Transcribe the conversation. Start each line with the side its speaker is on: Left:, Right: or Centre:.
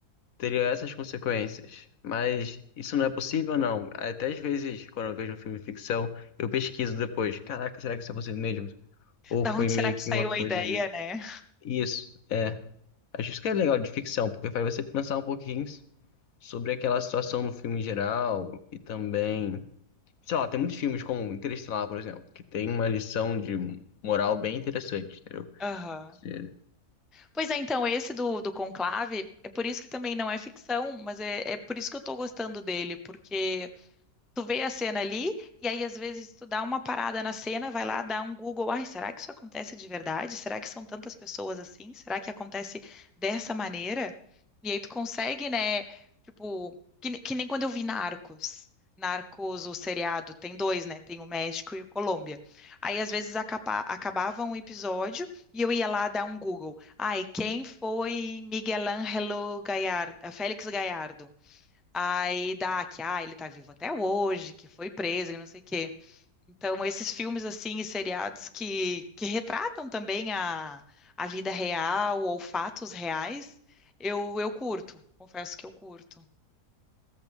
Left: teria essas consequências. Mas isso não é possível, não. Até às vezes, quando eu vejo um filme de ficção, eu pesquiso depois. Caraca, será que isso é possível mesmo? Ou
Centre: da
Left: foi
Centre: onde
Left: meio
Centre: será que
Left: que
Centre: saiu
Left: uma coisa
Centre: a ideia,
Left: que.
Centre: né?
Left: Isso, é. Acho isso que é legal de ficção, porque faz você pensar um pouquinho sobre aquela situação no filme em geral e também. Sei lá, tem muitos filmes como Interestelar, por exemplo, que tem uma lição de moral bem interessante, entendeu?
Centre: Aham.
Left: Você-
Centre: Pois é, então, esse do, do Conclave, é por isso que também não é ficção, mas é, é por isso que eu tô gostando dele, porque Tu vê a cena ali, e aí às vezes tu dá uma parada na cena, vai lá, dá um Google, ai, será que isso acontece de verdade? Será que são tantas pessoas assim? Será que acontece dessa maneira? E aí tu consegue, né, tipo, que, ne- que nem quando eu vi Narcos. Narcos, o seriado, tem dois, né? Tem o México e o Colômbia. Aí às vezes acaba, acabava um episódio e eu ia lá dar um Google. Ai, quem foi Miguel Ângelo Gallardo, Félix Gallardo? Aí dá que, ah, ele tá vivo até hoje, que foi preso e não sei o quê. Então, esses filmes, assim, e seriados que, que retratam também a, a vida real ou fatos reais, eu, eu curto, confesso que eu curto.